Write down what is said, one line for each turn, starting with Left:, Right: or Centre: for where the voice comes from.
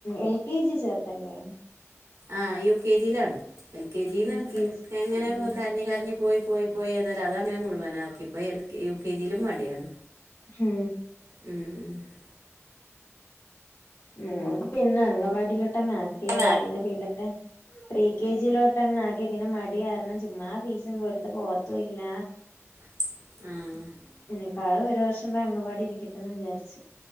Left: എൽ കെ ജി ചേർത്തല്ലേ?
Right: ആഹ് യു കെ ജിലാണ് എൽ കെ ജിന്ന്
Left: യു കെ ജി
Right: എങ്ങനെ
Left: ഉം
Right: കര്ഞ് കര്ഞ് പോയി പോയി പോയി ഏതാലും അതങ്ങനെ മുഴുവനാക്കി പ്പോ എൽ കെ യു കെ ജിലും മട്യണ്
Left: മ്ഹ്
Right: ഉം
Left: ഉം മോക്ക് പിന്നെ അംഗൻവാടിയിലോട്ട ങ്ങാക്കീ താ
Right: ആ
Left: പിന്നെ പില്ലൊക്കെ പ്രീ കെ ജിയിലോട്ടങ്ങനാക്കി പിന്നെ മടി കാരണം ചുമ്മാ ഫീസും കൊടുത്ത് പോവത്തുല്ല
Right: ആഹ്
Left: ക്കാളും ഒരു വർഷം പോ അങ്കവാടി ഇരിക്കട്ടെന്ന് വിചാര്ച്ച്